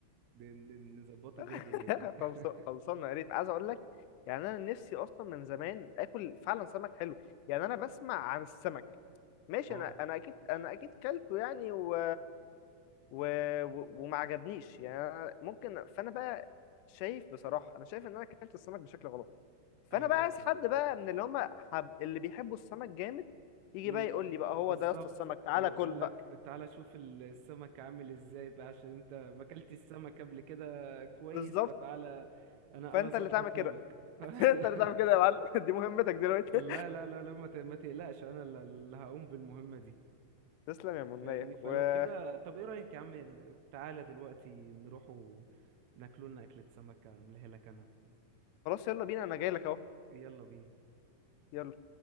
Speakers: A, on the right (about 70°); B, on the left (about 85°).
A: ن- ن- نظبطوا
B: <laughs>
A: بيها دنيتنا <laughs>
B: خلص خلصانه يا ريت عايز اقول لك يعني انا نفسي اصلا من زمان اكل فعلا سمك حلو يعني انا بسمع عن السمك ماشي
A: اه
B: انا انا اكيد انا اكيد كلته يعني و... و... و... وما عجبنيش يعني أنا ممكن فانا بقى شايف بصراحه انا شايف ان انا اكلت السمك بشكل غلط فانا
A: ايوه
B: بقى
A: ايوه
B: عايز
A: فعلا
B: حد بقى من اللي هم حب... اللي بيحبوا السمك جامد يجي
A: ي-
B: بقى
A: ي-
B: يقول لي بقى هو
A: بالظبط
B: ده يا اسطى السمك
A: يقول
B: تعالى كل بقى
A: لك تعالى شوف السمك عامل ازاي بقى عشان انت ما اكلتش السمك قبل كده كويس
B: بالظبط
A: فتعالى انا
B: فانت
A: انا اظبطه
B: اللي تعمل كده
A: لك <laughs>
B: <laughs> انت اللي تعمل كده يا معلم <laughs> دي مهمتك دلوقتي
A: لا لا لا لا ما ت- ما تقلقش انا اللي اللي هقوم بالمهمة دي
B: تسلم يا منية
A: فاهمني فلو
B: وخلاص
A: كده طب ايه رأيك يا عم تعالى دلوقتي نروح ناكلوا لنا أكلة سمكة أعملها لك أنا
B: يلا بينا انا جاي لك اهو
A: يلا بينا
B: يلا